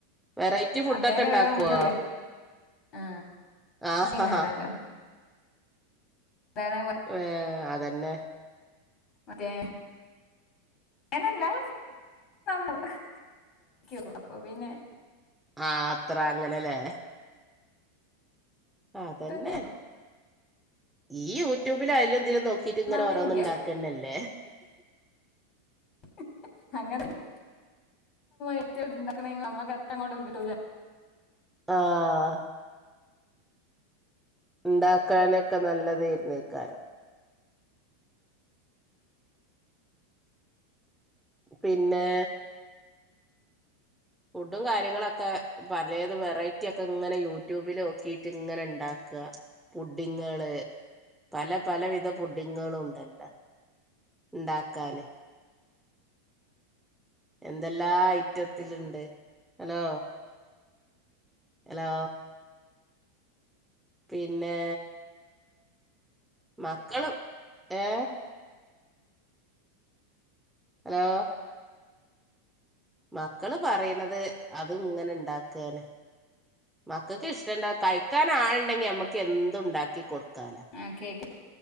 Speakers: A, in the centre; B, on the left.
A: വെറൈറ്റി ഫുഡൊക്കെ
B: അന്നേരം
A: ഇണ്ടാക്കൊ..
B: ഓരോ പുതിയ ആ
A: ആഹഹ
B: ഈ വേണല്ലോ
A: ആ..
B: അതാണ് വ-
A: വെ അതെന്നെ...
B: മറ്റെ ങ്ങനെല്ലാ നു.. <unintelligible> <unintelligible> അപ്പൊ പിന്നെ...
A: ആ അത്ര അങ്ങനെല്ലേ അതന്നെ...
B: ഒട്ടും
A: ഈ യൂട്യൂബിലും അതിലും ഇതിലും നോക്കിട്ട്
B: നന്നാവേ
A: ഇങ്ങനെ ഓരോന്ന്
B: ഇല്ല
A: ഇ ണ്ടാക്കന്നല്ലേ..
B: <unintelligible> അങ്ങനെ.. <unintelligible> എത്തി എടുണ്ടക്ണെ ന മാക്ക് അത്തങ്ങോട്ട് ക്കിട്ടൂല...
A: ആഹ് ഇണ്ടാക്കാനെ ക്കെ നല്ലതെയ്ര്ന്നെയ്ക്കാരം... പിന്നെ.. ഫുഡും കാര്യങ്ങളൊക്കെ പലെത് വെറൈറ്റി ഒക്കെ ഇങ്ങനെ യൂട്യൂബീല് നോക്കിട്ട് ഇങ്ങനെ ഉണ്ടാ ക പുഡിങ്ങെള്.. പല പലവിധ പുടിഡിങ്ങെളും ഉണ്ടല്ല ഇ ണ്ടാക്കാന്... എന്തെല്ലാ ഐറ്റത്തിലിണ്ട് ഹലോ... ഹലോ... പിന്നെ... മക്കളും ഏ ഹലോ... മക്കള് പറയ്ണത് അത് ഇങ്ങനെ ഇ ണ്ടാക്കന്.. മക്കക്ക് ഇഷ്ട കഴിക്കാൻ ആള് ണ്ടെങ്കി നമ്മക്ക് എന്തു ഇണ്ടാക്കി കൊടു... ക്കാല
B: ആ കേക്ക്